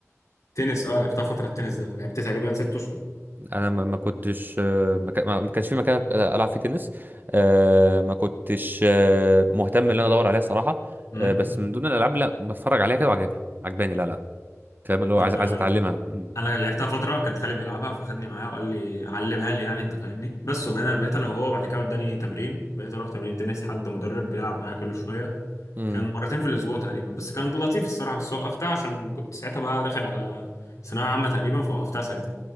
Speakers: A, on the left; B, on the right.
A: تنس اه لعبتها فتره التنس ده لعبت تقريبا ست اشهر
B: انا ما ما كنتش آه، ما كان- ما- ما كانش في مكان أت- العب فيه تنس آه ما كنتش آه، مهتم ان انا ادور عليها صراحة
A: امم
B: آه بس من ضمن الالعاب لا بتفرج عليها كده وعجبها عجباني لا لا فاهم اللي هو
A: انا
B: عايز عايز اتعلمها امم
A: انا لعبتها فتره كان خالي بيلعبها فخدني معاه وقال لي علمها لي يعني انت فاهمني بس وبقينا بقيت انا وهو بعد كده اداني تمرين بقيت اروح تمرين تنس حد مدرب بيلعب معايا كل شويه
B: امم
A: كان مرتين في الاسبوع تقريبا بس كان لطيف الصراحه بس وقفتها عشان كنت ساعتها بقى داخل على ثانويه عامه تقريبا فوقفتها ساعتها